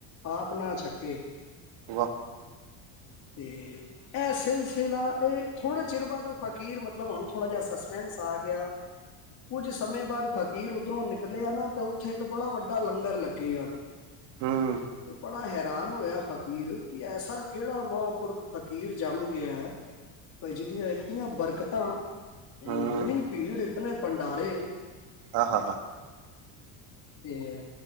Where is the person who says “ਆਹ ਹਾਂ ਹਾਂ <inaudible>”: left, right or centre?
Right